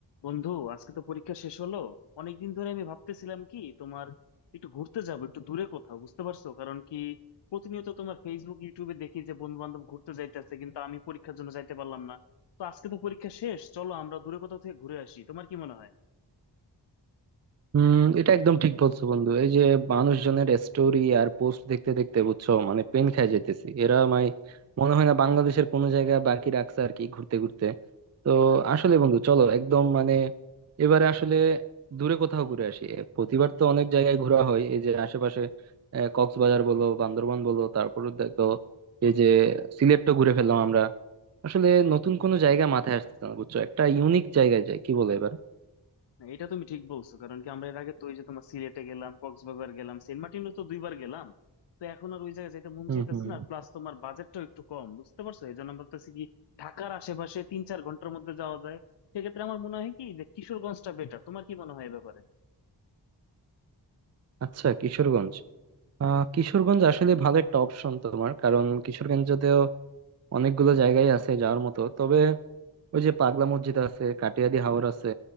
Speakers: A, on the left; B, on the right.
A: বন্ধু আজকে তো পরীক্ষা শেষ হলো অনেকদিন ধরে আমি ভাবতেছিলাম কি তোমার একটু ঘুরতে যাবো একটু দূরে কোথাও বুঝতে পারছো কারণ কি প্রতিনিয়ত তোমার ফেসবুক ইউটিউবে দেখি যে বন্ধু বান্ধব ঘুরতে যাইতেছে কিন্তু আমি পরীক্ষার জন্য যাইতে পারলাম না তো আজকে তো পরীক্ষা শেষ চলো আমরা দূরে কোথাও থেকে ঘুরে আসি তোমার কি মনে হয়
B: হুম এটা একদম ঠিক বলছো বন্ধু এই যে মানুষজনের স্টোরি আর পোস্ট দেখতে দেখতে বুঝছো মানে পেন খাই যাইতেছি এরা মানে মনে হয় না বাংলাদেশের কোনো জায়গা বাকি রাখছে আর কি ঘুরতে ঘুরতে তো আসলে বন্ধু চলো একদম মানে এবারে আসলে দূরে কোথাও ঘুরে আসি এ, প্রতিবার তো অনেক জায়গায় ঘোরা হয় এই যে আশেপাশে আহ, কক্সবাজার বলো বান্দরবান বলো তারপরে দেখো এই যে সিলেটও ঘুরে ফেললাম আমরা আসলে নতুন কোনো জায়গা মাথায় আসতেছে না বুঝছো একটা ইউনিক জায়গায় যাই কি বলে এবার
A: না, এটা তুমি ঠিক বলছো কারণ কি আমরা এর আগে তো ওই যে তোমার সিলেটে গেলাম কক্সবাজার গেলাম সেন্ট মার্টিনও তো দুইবার গেলাম তো এখন আর ওই জায়গায় যেতে মন
B: হুম
A: চাইতেছে
B: হুম
A: না প্লাস তোমার বাজেটটাও একটু কম বুঝতে পারছো এই জন্য আমরা ভাবতেছি কি ঢাকার আশেপাশে তিন চার ঘন্টার মধ্যে যাওয়া যায় সেক্ষেত্রে আমার মনে হয় কি যে কিশোরগঞ্জটা বেটার তোমার কি মনে হয় এ ব্যাপারে
B: আচ্ছা কিশোরগঞ্জ আহ কিশোরগঞ্জ আসলে ভালো একটা অপশন তোমার কারণ কিশোরগঞ্জতেও অনেকগুলো জায়গায় আছে যাওয়ার মতো তবে ওই যে পাগলা মসজিদ আছে কাটিয়াদি হাওর আছে